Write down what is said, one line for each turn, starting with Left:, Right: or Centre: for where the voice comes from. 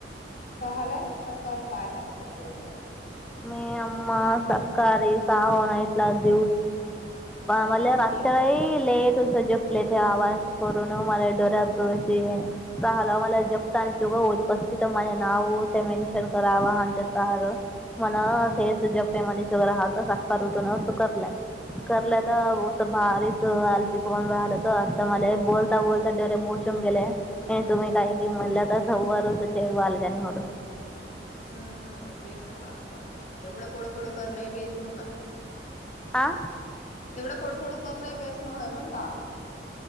Left: कलय सक्का काय करला तुम्ही तेवढ्याला
Centre: मी अ्म सकाारी सागोन इटला दीऊ मला
Left: हॉबी
Centre: रातरही लेट उस जपले ते आवारक करून मला ोरतो असशी हाल मला जगत आणि चुगव कस तर माझे नाव ते मेन्शन करावं हच्या सहारं मण तेस जप्पे मध्ये शगर हालत साख उटून सु करलंय करल्या
Left: हम्म
Centre: तर भारीच हलतीिकन राहिलं तर आता मला बोलता बोलता डरे मोचून गेले आणि तुम्ही काही म्हणलं तर सव्वारच वालजणी म
Left: हम्म हम्म बेस काम करत मग तेवढं पोडू पोडू कर नाही बेसण हय
Centre: आ
Left: तेवढं पडफोडू करण बेस नय म्हणता